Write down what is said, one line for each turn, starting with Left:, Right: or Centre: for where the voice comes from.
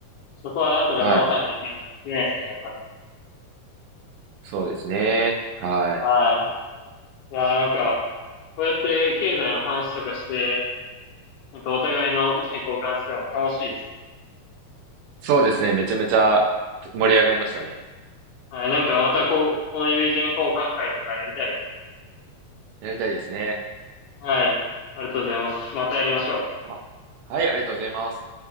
Left: そこはなんとか直さないといけない、
Right: はい。
Left: いけないですね、やっぱり。
Right: そうですね。はい。
Left: はい。いやー、なんか、こうやって経済の話とかして、なんかお互いの意見交換するの楽しいですね。
Right: そうですね。めちゃめちゃ盛り上がりましたね。
Left: はい、なんかまたこう、こういう意見交換会とかやりたいですね。
Right: やりたいですね。
Left: はい、ありがとうございます。またやりましょう。
Right: は、はい、ありがとうございます。